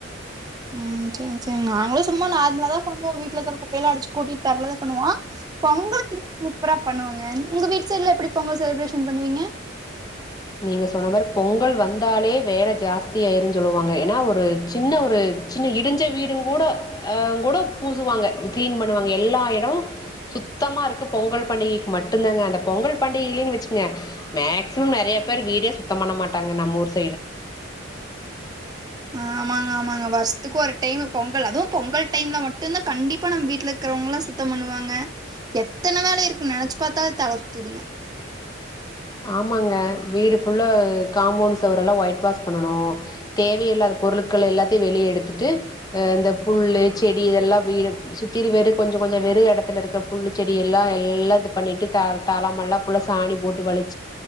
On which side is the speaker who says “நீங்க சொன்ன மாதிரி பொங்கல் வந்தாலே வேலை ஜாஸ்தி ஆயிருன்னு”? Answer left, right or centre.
Left